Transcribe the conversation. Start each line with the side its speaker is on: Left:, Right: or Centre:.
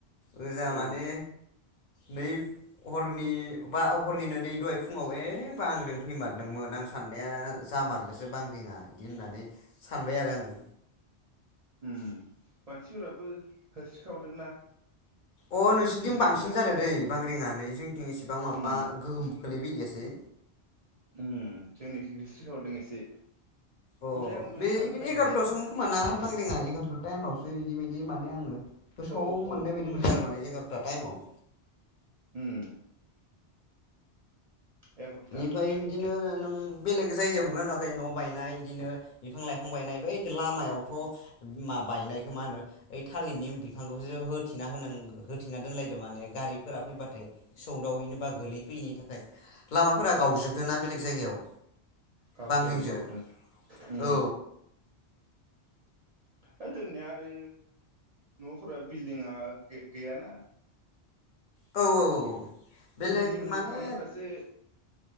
Left: ओजा
Right: ओ
Left: माने नै हरनि बा हरनिनो नै दहाय फुङाव ए बांग्रिं फैमारदोंमोन आं साननाया जामारदोंसो बांग्रिंया बिदि होननानै सानबाय आरो आङो।
Right: ओम मानसिफोराबो होस्रिखावदोंना
Left: अ नोंसिनिथिं
Right: जोंनिखिजा
Left: बांसिन जादो दै बांग्रिया नै जोंथिं एसेबां माबा
Right: उम
Left: गोहोम खोलैफैदिया सै।
Right: उम जोंनिखै होस्रिखावदों एसे ओमफ्राय
Left: अ
Right: आंबो
Left: बे
Right: सानबाय
Left: बिदिनो एगार'थासोमोन
Right: हे
Left: खोमा ना बांग्रिङा एंगार'था टाइमावसो इदिबायदि माने आङो गोसोआव
Right: औ औ
Left: मोननाय बायदि मोनदों आरो माने एगार' था टाइमावआव।
Right: होम। एगार'था
Left: बेनिफ्राय बिदिनो नों बेलेग जायगायाव नुदोंना नुवाखै न' बायनाय बिदिनो बिफां लाइफां बायनाय बै लामायावथ' मा बायनायखौ मा होनो ओइ थालिरनि बिफांखौसो होथेना होनां होथेना दोनलायदों माने गारिफोरा फैबाथाय सौदावैनि बा गोलैफैयैनि थाखाय लामाफोरा
Right: अ
Left: गावजोबदों
Right: अ
Left: ना बेलेग जायगायाव।
Right: गावदों
Left: बांग्रिंजों
Right: गावदों उम।
Left: औ
Right: ओ दोंनिया आरो न'फोरा बिल्डिंआ गै-गैयाना
Left: औ औ औ औ। बेलेग
Right: बिल्डिं
Left: माने
Right: थानायफोरासो